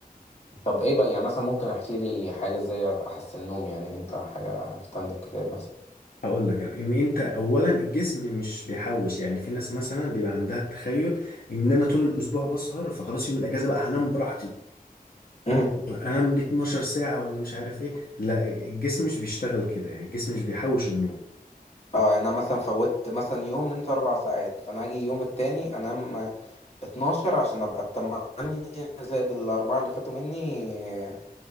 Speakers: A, on the left; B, on the left.
A: طب إيه بقى يعني مثلا ممكن أحكي لي حاجة إزاي أحسن نوم يعني أنت حاجة عرفتها من الكتاب مثلا
B: هقول لك أنا، ان انت اولا الجسم مش بيحوش يعني في ناس مثلا بيبقى عندها التخيل ان انا طول الاسبوع بسهر فخلاص يوم الاجازه بقى هنام براحتي
A: مم.
B: انام ل 12 ساعه ولا مش عارف ايه لا الجسم مش بيشتغل كده يعني الجسم مش بيحوش النوم
A: اه يعني أنا مثلا فوتت مثلا يوم نمت أربع ساعات فأنا هاجي يوم التاني أنام اتناشر عشان أبقى التمانية زائد الأربعة اللي فاتوا مني